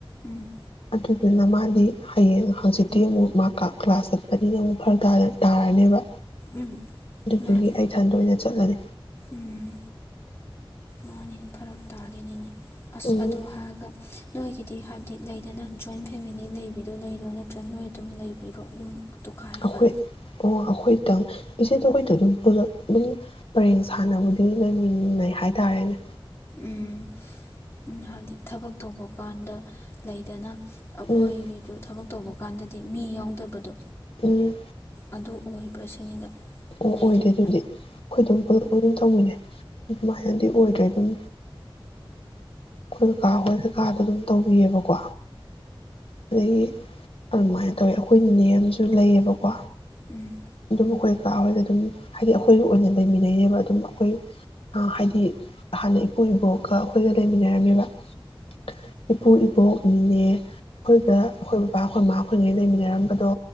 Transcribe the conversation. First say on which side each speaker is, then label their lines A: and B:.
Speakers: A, on the left; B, on the left.
A: ꯎꯝ
B: ꯑꯗꯨꯗꯨꯅ ꯃꯥꯗꯤ ꯍꯌꯦꯡ ꯍꯪꯆꯤꯛꯇꯤ ꯑꯃꯨꯛ ꯃꯥ ꯀ꯭ꯂꯥꯁ ꯆꯠꯄꯅꯤꯅ ꯑꯃꯨꯛ ꯐꯔꯛ ꯇꯥꯔꯅꯦꯕ
A: ꯎꯝ
B: ꯑꯗꯨꯒꯤ
A: ꯃꯥꯅꯤ
B: ꯑꯩ ꯢꯊꯟ ꯑꯣꯏꯅ ꯆꯠꯂꯅꯤ
A: ꯎꯝ ꯃꯥꯅꯦ ꯐꯔꯛ ꯇꯥꯗꯣꯢꯅꯤꯅꯦ ꯑꯁ
B: ꯎꯝ
A: ꯑꯗꯨ ꯍꯥꯏꯔꯒ ꯅꯣꯏꯒꯤꯗꯤ ꯍꯥꯏꯕꯗꯤ ꯂꯩꯗꯅ ꯖꯣꯏꯟ ꯇꯧ ꯐꯦꯃꯤꯂꯤ ꯂꯩꯕꯤꯗꯣ ꯂꯩꯔꯣ ꯅꯠꯇ꯭ꯔꯒ ꯅꯣꯏ ꯑꯗꯨꯝ ꯂꯩꯕꯤꯔꯣ ꯌꯨꯝ ꯇꯣꯈꯥꯏꯔꯒ
B: ꯑꯩꯈꯣꯏ ꯑꯣ ꯑꯩꯈꯣꯏꯇꯪ ꯏꯆꯦꯗꯣ ꯑꯩꯈꯣꯏꯗꯣ ꯑꯗꯨꯝ ꯄꯨꯂ ꯑꯗꯨꯝ ꯄꯔꯦꯡ ꯁꯥꯟꯅꯕꯨꯗꯤ ꯂꯩꯃꯤꯟꯅꯩ ꯍꯥꯏꯇꯥꯔꯦꯅꯦ
A: ꯎꯝ ꯎ ꯍꯥꯏꯕꯗꯤ ꯊꯕꯛ ꯇꯧꯕ ꯀꯥꯟꯗ ꯂꯩꯗꯅ ꯑꯩꯈꯣꯏꯒꯤꯁꯨ
B: ꯎꯝ
A: ꯊꯕꯛ ꯇꯧꯕ ꯀꯥꯟꯗꯗꯤ ꯃꯤ ꯌꯥꯎꯗꯕꯗꯣ
B: ꯎꯝ
A: ꯑꯗꯨ ꯑꯣꯏꯕ꯭ꯔꯥ ꯁꯤꯅꯤꯗ
B: ꯑꯣ
A: ꯂꯩꯗꯅ
B: ꯑꯣꯏꯗꯦ ꯑꯗꯨꯗꯤ ꯑꯩꯈꯣꯏꯗꯨꯝ ꯄꯨꯂꯞ ꯄꯨꯜꯂ ꯑꯗꯨꯝ ꯇꯧꯃꯤꯟꯅꯩ ꯑꯗꯨꯃꯥꯏꯅꯗꯤ ꯑꯣꯏꯗ꯭ꯔꯦ ꯑꯗꯨꯝ ꯑꯩꯈꯣꯏ ꯀꯀꯥ ꯑꯩꯈꯣꯏ ꯀꯀꯥꯗꯣ ꯑꯗꯨꯝ ꯇꯧꯕꯤꯌꯦꯕꯀꯣ ꯑꯗꯒꯤ ꯑꯗꯨꯃꯥꯏꯅ ꯇꯧꯋꯤ ꯑꯩꯈꯣꯏ ꯅꯦ ꯑꯃꯁꯨ ꯂꯩꯌꯦꯕꯀꯣ
A: ꯎꯝ
B: ꯑꯗꯨꯝ ꯑꯩꯈꯣꯏ ꯀꯥ ꯍꯣꯏꯒ ꯑꯗꯨꯝ ꯍꯥꯏꯗꯤ ꯑꯩꯈꯣꯏꯒ ꯑꯣꯏꯅ ꯂꯩꯃꯤꯟꯅꯩꯌꯦꯕ ꯑꯗꯨꯝ ꯑꯩꯈꯣꯏ ꯑꯥ ꯍꯥꯢꯗꯤ ꯍꯥꯟꯅ ꯢꯄꯨ ꯢꯕꯣꯛꯀꯥ ꯑꯈꯣꯢꯒ ꯂꯩꯃꯤꯟꯅꯔꯝꯃꯦꯕ ꯫ ꯏꯄꯨ ꯏꯕꯣꯛ ꯢꯅꯦ ꯑꯈꯣꯏꯗ ꯈꯣꯏ ꯕꯕꯥ ꯈꯣꯏ ꯃꯥ ꯈꯣꯢꯒꯩ ꯂꯩꯃꯤꯟꯅꯔꯝꯕꯗꯣ